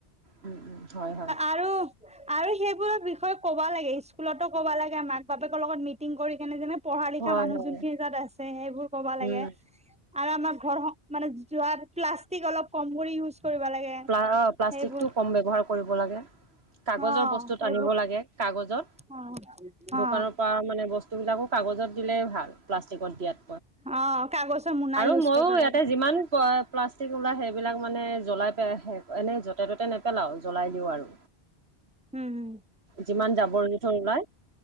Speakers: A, on the right; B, in the centre.
A: উম, উম, হয়, হয়,
B: আ-আৰু আৰু সেইবোৰৰ বিষয়ে ক'বা লাগে স্কুলতো ক'বা লাগে মাক বাপেকৰ লগত মিটিং কৰি কেনে যেনে পঢ়া লিখা
A: হয়,
B: মানুহ
A: হয়,
B: যোনখিনি য'ত আছে সেইবোৰ ক'বা লাগে।
A: উম,
B: আৰু আমাৰ ঘৰ মানে যোৱাত প্লাষ্টিক অলপ কম কৰি ইউজ কৰিব লাগে।
A: প্লা অ' প্লাষ্টিকটো
B: সেইবোৰ
A: কম ব্যৱহাৰ কৰিব লাগে। কাগজৰ
B: অ
A: বস্তুত
B: সেইবোৰ
A: আনিব লাগে কাগজত।
B: অ
A: দোকানৰ
B: অ
A: পৰা মানে বস্তু সেইবিলাকো কাগজত দিলে ভাল প্লাষ্টিকত দিয়াত
B: অ কাগজৰ মোনা
A: আৰু
B: ইউজ
A: মইও
B: কৰিব
A: ইয়াতে
B: লাগে
A: যিমান পই প্লাষ্টিক ওলাই সেইবিলাক মানে জ্বলাই এনেই য'তে ত'তে নেপেলাও জ্বলাই দিও আৰু।
B: হুম, হুম।
A: যিমান জাবৰ জোথৰ ওলাই,